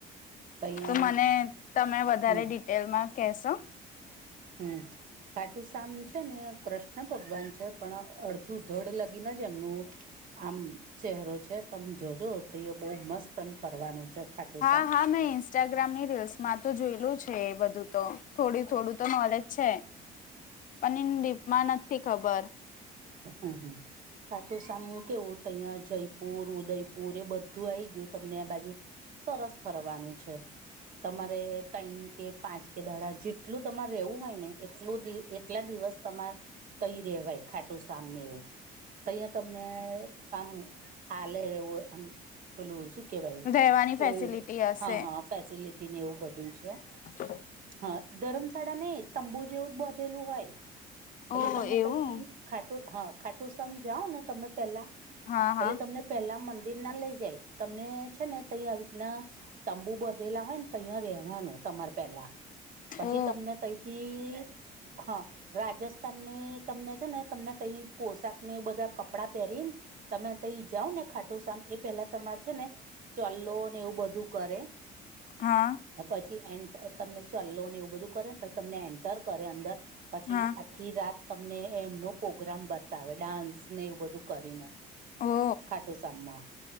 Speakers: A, on the right; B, on the left.
A: તહીં
B: તો મને તમે વધારે
A: હમ
B: ડિટ ટેલમાં કેશો?
A: હમ. ખાટું શ્યામ છે ને કૃષ્ણ ભગવાન છે પણ અડધું ધડ લગીને જ એમનું આમ ચહેરો છે તમે જોજો તો એ બહુ મસ્ત અને ફરવાનું છે. ખાટુંશ્યામ
B: હા હા મેં ઇન્સ્ટાગ્રામની રીલ્સમાં તો જોયેલું છે એ બધું તો થોડી થોડું તો નોલેજ છે પણ ઈન ડીપમાં નથી ખબર.
A: હમ્મ હમ્મ ખાટું શ્યામ કેવું તહં જયપુર ઉદયપુર એ બધ તું આઈ ગયું તમને આ બાજુ સરસ ફરવાનું છે તમારે ટાઈમ કે પાંચ કે દાડા જેટલું તમારે રહેવું હોય ને એટલું દી એટલા દિવસ તમાર કઈ રેવાય ખાટુંશામ ને એવું તય તમને આમ આલે એવું આમ. પેલું શું કેવાય
B: રહેવાની
A: કોઈડ
B: ફેસિલિટી હશે
A: હા હા ફેસિલટી એવું બધું છે.
B: બ.
A: હા ધરમ શાળા નઈ તંબુ જેઉ જ બધેલું હોય એટલે
B: ઓ
A: તમે
B: એવું
A: કઈ. ખાટુ હા ખાટુંશામ જાઓ ને તમે પેહલા
B: હા હા
A: એટલે તમને પેલા મંદિર ના લઈ જાય તમને છે ને તય આવી રીતના તંબુ બદલા હોય ન તૈયાર રહે. હા નું તમારે પેલા પછી
B: ઓ
A: તમને તથી થી હા રાજસ્થાનની તમને છે ને તમને તય પોશાકને એઉ બધા પેરીન તમે તઈ જાઓ ને ખાટું શામ એ પેલા તમારે છે ને ચલ્લો ને એવું બધું કરે
B: હા
A: પછી એ એન્ડ તમને ચલ્લો ને એવું બધું કરે. તમને એન્ટર કરે અંદર પછી
B: હા
A: આખી રાત તમને એમનો પ્રગ્રામ બતાવે ડાન્સ ને બધું કરીને.
B: ઓ
A: ખાટું શ્યામ માં.